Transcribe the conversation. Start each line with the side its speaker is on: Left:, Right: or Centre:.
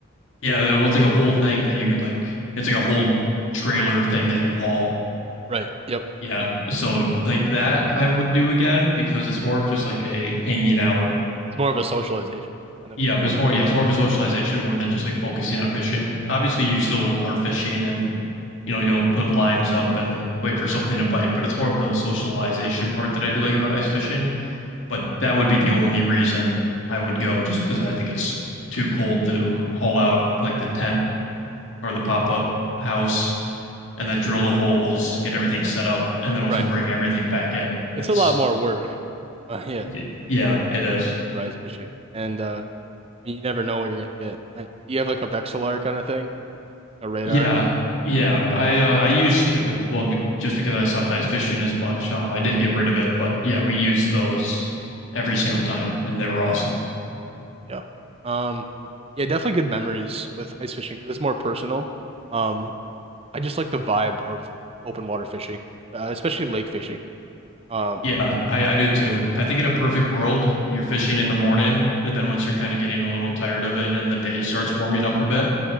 Left: Yeah, it was like a whole thing that you could like. It's like a whole trailer thing that you haul.
Right: Right. Yep.
Left: Yeah, so like that I would do again because it's more of just like a hanging out
Right: It's more of a socialization kind of
Left: Yeah,
Right: event.
Left: but it's more, yeah, it's more of a socialization more than just like focusing on fishing. Obviously, you still are fishing and, you know, you'll put lines up and wait for something to bite, but it's more of the socialization part that I do like about ice fishing. But that would be the only reason I would go just because I think it's too cold to haul out like the tent or the pop-up house and then drill the holes, get everything set up, and then also
Right: Right.
Left: bring everything back in.
Right: It's
Left: It's,
Right: a lot more work. Uh, <laughs> yeah,
Left: y- yeah, it is.
Right: for ice fishing, and uh, you never know what you're gonna get. Uh, Do you have like a Vexilar kind of thing, a radar?
Left: Yeah, yeah. I uh, I used to. Well, be just because I stopped ice fishing as much, um, I did get rid of it. But yeah, we used those every single time, and they were awesome.
Right: Yeah. Um, yeah, definitely good memories with ice fishing because it's more personal. Um, I just like the vibe of open water fishing, uh, especially lake fishing. Um,
Left: Yeah, I I do too. I think in a perfect world, you're fishing in the morning, and then once you're kind of getting a little tired of it, and the day starts warming up a bit,